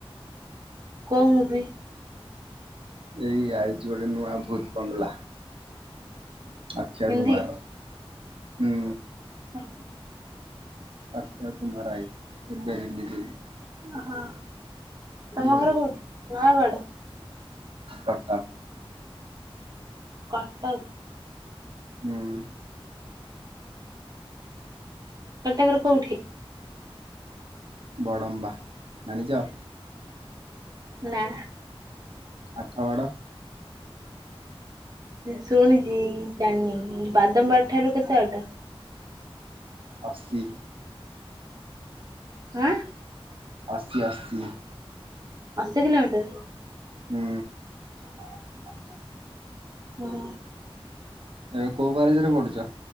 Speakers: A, on the right; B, on the right.
A: କୋଉ ମୁଭି।
B: ଏଇ ଆଇଚି ଗୋଟେ ନୂଆ ଭୂତ୍ ବଙ୍ଗଲା। ଆକ୍ଷାୟ
A: ହିନ୍ଦୀ?
B: କୁମାର ହୁଁ।
A: <inaudible>
B: ଅକ୍ଷୟ କୁମାର ଆଇଚି ଏବେ ରିଲିଜ୍ ହେଇଚି।
A: ଓହୋ ତମ
B: ଆଉ
A: ଘର କୋଉଠି ନୟାଗଡ଼।
B: କଟକ।
A: କଟକ।
B: ହୁଁ।
A: କଟକର କୋଉଠି।
B: ବଡ଼ମ୍ବା ଜାଣିଚ।
A: ନା।
B: ଆଠଗଡ଼।
A: ଶୁଣିଚି ଜାଣିନି ବାଦାମ୍ବ ବାଡି ଠାରୁ କେତେ ବାଟ।
B: ଅସି।
A: ଆଁ।
B: ଅସି ଅସି।
A: ଅଶୀ କିଲୋମିଟର।
B: ହୁଁ।
A: <inaudible> ହଁ।
B: ଏ କୋଉ ପାରେଜ ରେ ପଡୁଛ